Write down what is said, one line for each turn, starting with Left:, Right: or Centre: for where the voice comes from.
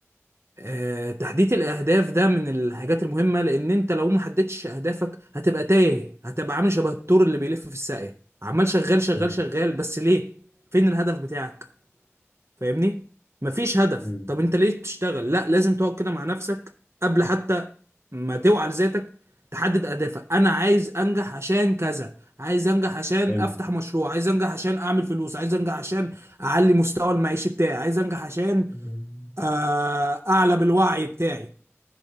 Right: آه تحديد الاهداف ده من الحاجات المهمة لان انت لو ما حددتش اهدافك هتبقى تايه هتبقى عامل شبه الثور اللي بيلف في الساقية عمال شغال شغال
Left: مم.
Right: شغال بس ليه فين الهدف بتاعك فاهمني مفيش هدف
Left: مم.
Right: طب انت ليه بتشتغل لا لازم تقعد كده مع نفسك قبل حتى ما توعى لذاتك تحدد اهدافك انا عايز انجح عشان كذا عايز انجح عشان
Left: حلو
Right: افتح مشروع عايز انجح عشان اعمل فلوس عايز انجح عشان اعلي مستوى المعيشي بتاعي عايز انجح عشان
Left: مم.
Right: آه، اعلى بالوعي بتاعي